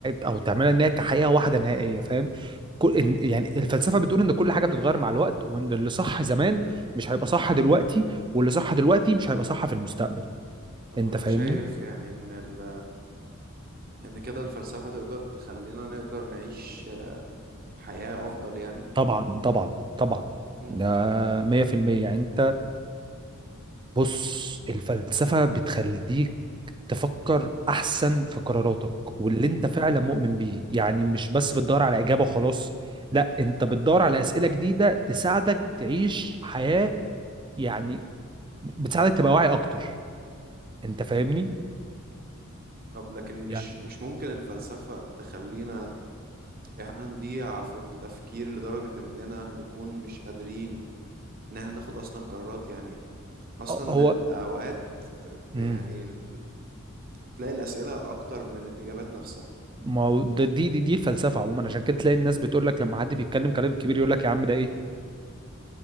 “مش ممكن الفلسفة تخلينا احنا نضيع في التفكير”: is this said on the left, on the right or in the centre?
Right